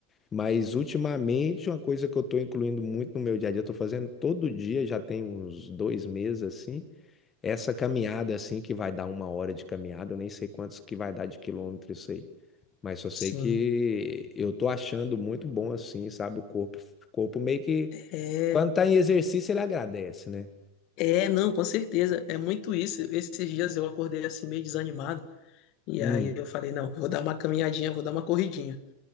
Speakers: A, on the left; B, on the left.
A: Mas ultimamente uma coisa que eu estou incluindo muito no meu dia a dia, eu tô fazendo todo dia, já tem uns dois meses assim, é essa caminhada assim que vai dar uma hora de caminhada, eu nem sei quantos que vai dar de quilômetro isso aí, mas só sei
B: sim.
A: que eu tô achando muito bom assim, sabe? O corpo, o corpo meio que
B: É.
A: quando tá em exercício ele agradece, né?
B: É, não, com certeza. É muito isso. Esses dias eu acordei assim meio desanimado. E
A: Hum.
B: aí eu falei, não, vou dar uma caminhadinha, vou dar uma corridinha.